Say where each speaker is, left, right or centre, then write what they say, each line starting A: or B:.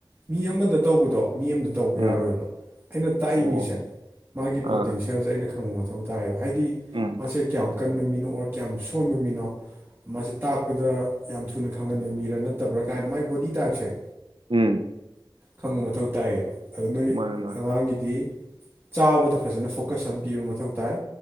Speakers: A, on the right; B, on the right.
A: ꯃꯤ ꯑꯃꯗ ꯇꯧꯕꯗꯣ ꯃꯤ ꯑꯃꯗ ꯇꯧꯕ
B: ꯎꯝ,
A: ꯌꯥꯔꯣꯏꯕ ꯑꯩꯅ ꯇꯥꯛꯏ
B: ꯑꯣ,
A: ꯃꯤꯁꯦ ꯃꯥꯒꯤ
B: ꯑꯥ,
A: ꯄꯣꯇꯦꯟꯁꯤꯌꯦꯜꯁꯦ ꯑꯩꯅ ꯈꯪꯕ ꯃꯇꯝ ꯃꯊꯧ ꯇꯥꯏꯌꯦꯕ ꯍꯥꯏꯗꯤ
B: ꯎꯝ,
A: ꯃꯥꯁꯦ ꯀꯌꯥꯝ ꯀꯟꯕ ꯃꯤꯅꯣ ꯑꯣꯔ ꯀꯌꯥꯝ ꯁꯣꯟꯕ ꯃꯤꯅꯣ ꯃꯥꯁꯦ ꯇꯥꯛꯄ ꯗ ꯌꯥꯝ ꯊꯨꯅ ꯈꯪꯍꯟꯕ ꯃꯤꯔꯥ ꯅꯠꯇꯕ꯭ꯔꯥ ꯀꯥꯏꯅ ꯃꯥꯏ ꯕꯣꯗꯤ ꯇꯥꯏꯞꯁꯦ
B: ꯎꯝ
A: ꯈꯪꯕ ꯃꯊꯧ ꯇꯥꯏꯌꯦꯕ ꯑꯗꯨ ꯅꯣꯏ
B: ꯃꯥꯅꯦ, ꯃꯥꯅꯦ,
A: ꯑꯉꯥꯡꯒꯤꯗꯤ ꯆꯥꯕꯗ ꯐꯖꯅ ꯐꯣꯀꯁ ꯑꯃ ꯄꯤꯕ ꯃꯊꯧ ꯇꯥꯏ